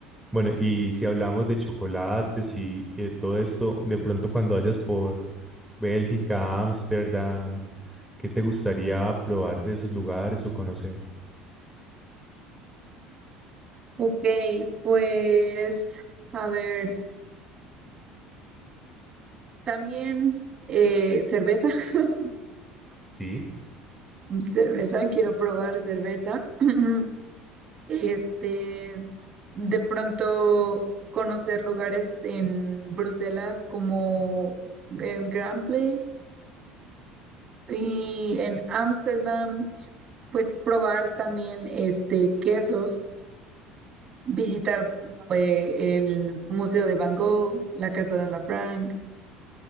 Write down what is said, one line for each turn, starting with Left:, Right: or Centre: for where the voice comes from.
Centre: Bueno, y si hablamos de chocolates y, y de todo esto, de pronto cuando vayas por Bélgica, Ámsterdam, ¿Qué te gustaría probar de esos lugares o conocer?
Right: Ok, pues a ver, también eh, cerveza. <laughs>
Centre: Sí,
Right: Cerveza, quiero probar cerveza. <clears throat> Este, de pronto conocer lugares en Bruselas como el Grand Place y en Ámsterdam, pues probar también este quesos, visitar eh, el Museo de Van Gogh, la Casa de Ana Frank,